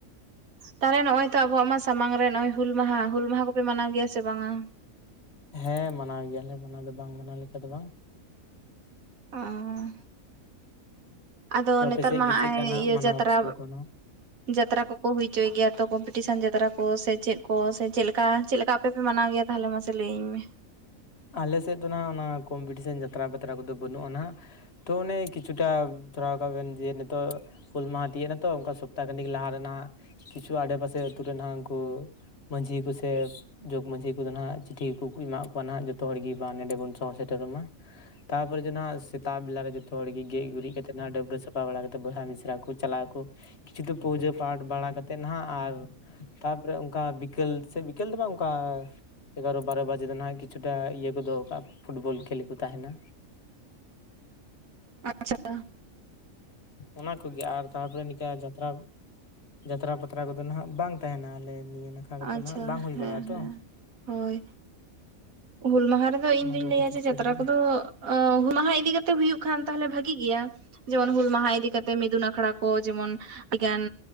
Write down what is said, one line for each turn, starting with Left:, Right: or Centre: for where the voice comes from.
Right: ᱛᱟᱦᱮᱜ ᱱᱚᱜᱼᱚᱭ ᱛᱚ ᱟᱵᱚᱣᱟᱜ ᱢᱟ ᱥᱟᱢᱟᱝ ᱨᱮ ᱱᱚᱜ ᱚᱭ ᱦᱩᱞ ᱢᱟᱦᱟ ᱦᱩᱞ ᱢᱟᱦᱟ ᱠᱚᱯᱮ ᱢᱟᱱᱟᱣ ᱜᱮᱭᱟ ᱥᱮ ᱵᱟᱝᱟ
Left: ᱦᱮᱸ ᱢᱟᱱᱟᱣ ᱜᱮᱭᱟᱞᱮ ᱢᱟᱱᱟᱣ ᱫᱚ ᱵᱟᱝ ᱢᱟᱱᱟᱣ ᱞᱮᱠᱟ ᱫᱚ ᱵᱟᱝ
Right: <unintelligible> ᱟᱫᱚ
Left: ᱛᱚ ᱟᱯᱮ
Right: ᱱᱮᱛᱟᱨ
Left: ᱥᱮᱫ
Right: ᱢᱟᱜᱼᱚᱭ
Left: ᱜᱮ ᱪᱮᱫ ᱠᱟ ᱱᱟᱜ
Right: ᱤᱭᱟᱹ
Left: ᱢᱟᱱᱟᱣ
Right: ᱡᱟᱛᱨᱟ
Left: ᱟᱠᱚ ᱥᱮ ᱵᱟᱠᱚ ᱢᱟᱱᱟᱣᱟ
Right: ᱡᱟᱛᱨᱟ ᱠᱚ ᱠᱚ ᱦᱩᱭ ᱦᱚᱪᱚᱭ ᱜᱮᱭᱟ ᱛᱚ ᱠᱚᱢᱯᱤᱴᱤᱥᱮᱱ ᱡᱟᱛᱨᱟ ᱠᱚ ᱥᱮ ᱪᱮᱫ ᱠᱚ ᱥᱮ ᱪᱮᱫ ᱞᱮᱠᱟ ᱪᱮᱫ ᱞᱮᱠᱟ ᱟᱯᱮ ᱯᱮ ᱢᱟᱱᱟᱣ ᱜᱮᱭᱟ ᱛᱟᱦᱚᱞᱮ ᱢᱟᱥᱮ ᱞᱟᱹᱭᱟᱹᱧ ᱢᱮ
Left: ᱟᱞᱮ ᱥᱮᱫ ᱫᱚ ᱱᱟᱦᱟᱸᱜ ᱚᱱᱟ ᱠᱚᱢᱯᱤᱴᱤᱥᱮᱱ ᱡᱟᱛᱨᱟ ᱯᱟᱛᱨᱟ ᱠᱚᱫᱚ ᱵᱟᱹᱱᱩᱜᱼᱟ ᱱᱟᱦᱟᱜ ᱛᱚ ᱚᱱᱮ ᱠᱤᱪᱷᱩᱴᱟ ᱫᱷᱚᱨᱟᱣ ᱠᱟᱜ ᱵᱮᱱ ᱡᱮ ᱱᱤᱛᱚᱜ, ᱦᱩᱞ ᱢᱟᱦᱟ ᱛᱤᱭᱳ ᱮᱱᱟ ᱛᱚ ᱚᱱᱠᱟ ᱥᱚᱯᱛᱟᱦ ᱠᱷᱟᱱᱤᱠ ᱞᱟᱦᱟ ᱨᱮᱱᱟᱜ ᱠᱤᱪᱷᱩ ᱟᱰᱮᱯᱟᱥᱮ ᱟᱹᱛᱩ ᱨᱮ ᱱᱟᱦᱟᱜ ᱩᱱᱠᱩ ᱢᱟᱺᱡᱷᱤ, ᱠᱚ ᱥᱮ ᱡᱚᱜᱽ ᱢᱟᱡᱷᱤ, ᱠᱚᱫᱚ ᱱᱟᱦᱟᱜ ᱪᱤᱴᱷᱤ ᱠᱚ ᱮᱢᱟᱫ ᱠᱚᱣᱟ ᱱᱟᱦᱟᱜ ᱡᱚᱛᱚ ᱡᱚᱛᱚ ᱦᱚᱲ ᱜᱮ ᱵᱟᱝ ᱱᱚᱸᱰᱮ ᱵᱚᱱ ᱥᱚᱦᱚᱨ ᱥᱮᱴᱮᱨᱚᱜ ᱢᱟ ᱛᱟᱯᱚᱨᱮ ᱡᱮ ᱥᱮᱛᱟᱜ ᱵᱮᱞᱟ ᱡᱚᱛᱚ ᱦᱚᱲ ᱜᱮᱡ ᱜᱩᱨᱤᱡ ᱠᱟᱛᱮᱫ ᱰᱟᱹᱵᱨᱟᱹ ᱥᱟᱯᱷᱟ ᱵᱟᱲᱟ ᱠᱟᱛᱮᱫ ᱵᱚᱭᱦᱟ ᱢᱤᱥᱨᱟ ᱠᱚ ᱪᱟᱞᱟᱜ ᱟᱠᱚ ᱠᱤᱪᱷᱩ ᱫᱚ ᱯᱩᱡᱟᱹ ᱯᱟᱴ ᱵᱟᱲᱟ ᱠᱟᱛᱮᱫ ᱱᱟᱦᱟᱜ ᱟᱨ ᱛᱟᱨ ᱛᱟᱯᱚᱨᱮ ᱚᱱᱠᱟ ᱵᱤᱠᱮᱞ ᱥᱮ ᱵᱤᱠᱮᱞ ᱫᱚ ᱵᱟᱝ ᱚᱱᱠᱟ ᱮᱜᱟᱨᱚ ᱵᱟᱨᱚ ᱵᱟᱡᱮ ᱫᱚ ᱱᱟᱦᱟᱜ ᱠᱤᱪᱷᱩ <unintelligible> ᱤᱭᱟᱹ ᱠᱚ ᱫᱚᱦᱚ ᱠᱟᱜᱼᱟ ᱯᱷᱩᱴᱵᱚᱞ ᱠᱷᱮᱞ ᱠᱚ ᱛᱟᱦᱮᱱᱟ
Right: ᱟᱪᱷᱟ
Left: ᱚᱱᱟ ᱠᱚᱜᱮ ᱟᱨ ᱛᱟᱨᱯᱚᱨᱮ ᱱᱤᱝᱠᱟᱹ ᱡᱟᱛᱨᱟ ᱡᱟᱛᱨᱟ ᱯᱟᱛᱨᱟ ᱠᱚᱫᱚ ᱦᱟᱜ ᱵᱟᱝ ᱛᱟᱦᱮᱱᱟ ᱟᱞᱮ ᱱᱤᱭᱟᱹ᱾ ᱟᱨ ᱫᱚ
Right: ᱟᱪᱪᱷᱟ
Left: ᱱᱟᱜ ᱦᱟᱸ ᱵᱟᱝ ᱦᱩᱭ
Right: ᱦᱮᱸ
Left: ᱵᱟᱲᱟᱜᱼᱟ ᱛᱚ
Right: ᱦᱮᱸ ᱦᱳᱭ ᱦᱩᱞ ᱢᱟᱦᱟ ᱨᱮᱫᱚ ᱤᱧ
Left: ᱚᱱᱟ
Right: ᱫᱩᱧ
Left: ᱠᱚ
Right: ᱞᱟᱹᱭᱟ
Left: ᱠᱷᱟᱹᱛᱤᱨ
Right: ᱡᱮ
Left: ᱛᱮ
Right: ᱡᱟᱛᱨᱟ
Left: ᱟᱨᱠᱤ
Right: ᱠᱚᱫᱚ ᱚ ᱦᱩᱞ ᱢᱟᱦᱟ ᱤᱫᱤ ᱠᱟᱛᱮᱜ ᱦᱩᱭᱩᱜ ᱠᱷᱟᱱ ᱛᱟᱦᱚᱞᱮ ᱵᱷᱟᱜᱤ ᱜᱮᱭᱟ ᱡᱮᱢᱚᱱ ᱦᱩᱞ ᱢᱟᱦᱟ ᱤᱫᱤ ᱠᱟᱛᱮ ᱢᱤᱫᱩᱱ ᱟᱠᱷᱲᱟ ᱠᱚ ᱡᱮᱢᱚᱱ ᱟᱹᱰᱤᱜᱟᱱ